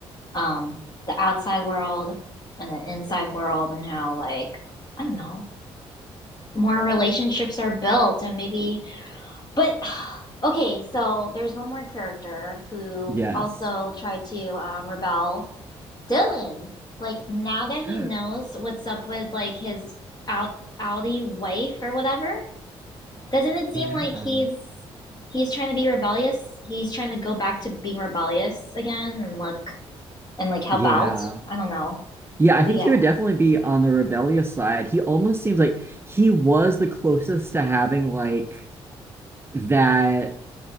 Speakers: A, on the left; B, on the right.
A: um the outside world and the inside world and how like I don't know, more relationships are built and maybe but <sighs> okay, so there's one more character who
B: Yes.
A: also tried to um rebel Dylan, like now that
B: <gasps>
A: he knows what's up with like his out outy wife or whatever, doesn't it seem
B: Yeah.
A: like he's he's trying to be rebellious? He's trying to go back to being rebellious again and look and like help
B: Yeah.
A: out. I don't know.
B: Yeah, I
A: But
B: think
A: yeah.
B: he would definitely be on the rebellious side. He almost seems like he was the closest to having like that